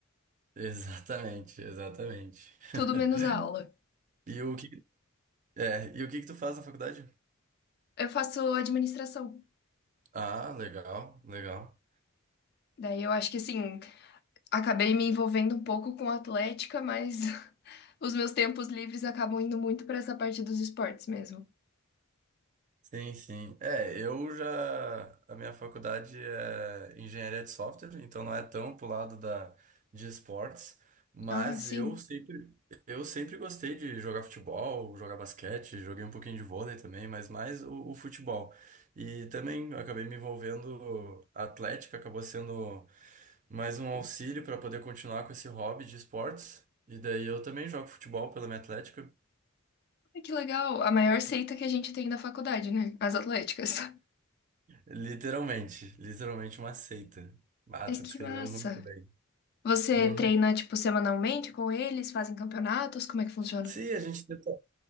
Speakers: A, on the right; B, on the left.
A: Exatamente, exatamente.
B: tudo
A: <laughs>
B: menos a aula.
A: E o que, é, e o que que tu faz na faculdade?
B: Eu faço administração.
A: Ah, legal, legal.
B: Daí eu acho que assim, acabei me envolvendo um pouco com atlética, mas <laughs> os meus tempos livres acabam indo muito para essa parte dos esportes mesmo.
A: Sim, sim. É, eu já. A minha faculdade é engenharia de software, então não é tão pro lado da, de esportes, mas
B: Ah, sim.
A: eu sempre, eu sempre gostei de jogar futebol, jogar basquete, joguei um pouquinho de vôlei também, mas mais o, o futebol. E também eu acabei me envolvendo, a atlética acabou sendo mais um auxílio para poder continuar com esse hobby de esportes. E daí eu também jogo futebol pela minha atlética.
B: Ai, Que legal. A maior seita que a gente tem na faculdade, né? As atléticas.
A: Literalmente, literalmente uma seita.
B: <laughs>
A: Ah,
B: Mas
A: tu
B: que
A: descreveu
B: massa.
A: muito bem.
B: Você
A: Uhum.
B: treina, tipo, semanalmente com eles? Fazem campeonatos? Como é que funciona?
A: Sim, a gente tenta